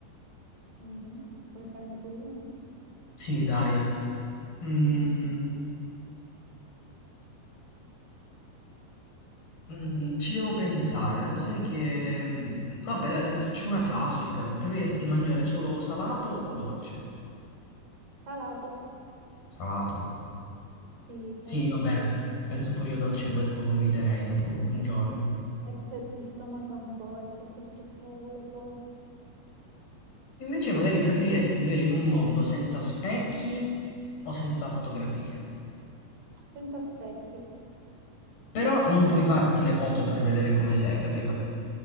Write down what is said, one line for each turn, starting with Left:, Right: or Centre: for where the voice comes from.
Right: Mhm. Vuoi farne tu una?
Left: Sì, dai. Mm,
Right: Mm.
Left: mm, mm, ci devo pensare. Lo sai che... mm, Vabbè, dai, te ne faccio una classica. Preferiresti mangiare solo salato o dolce?
Right: Salato?
Left: Salato.
Right: Sì, salato
Left: Sì, vabbè.
Right: sì.
Left: Penso pure io dolce,
Right: Mm.
Left: poi dopo vomiterei dopo un giorno.
Right: E te- ti stomaca un po', è troppo stucchevole poi.
Left: Invece magari preferiresti vivere in un mondo senza specchi o senza fotografie.
Right: Mm. Senza specchi.
Left: Però non puoi farti le foto per vedere come sei, capito?